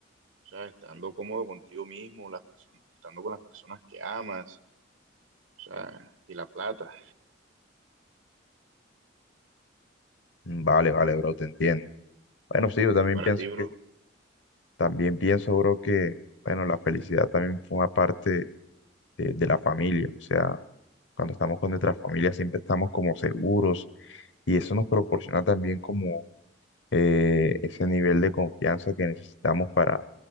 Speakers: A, on the right (about 85°); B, on the left (about 65°).
A: O sea, estando cómodo contigo mismo, las personas, estando con las personas que amas, o sea, y la plata.
B: bro? Mm, Vale, vale, bro, te entiendo. Bueno, sí, yo también
A: Y para
B: pienso
A: ti, bro.
B: que También pienso, bro, que, bueno, la felicidad también forma parte de, de la familia. O sea, cuando estamos con nuestra familia siempre estamos como seguros y eso nos proporciona también como eh, ese nivel de confianza que necesitamos para,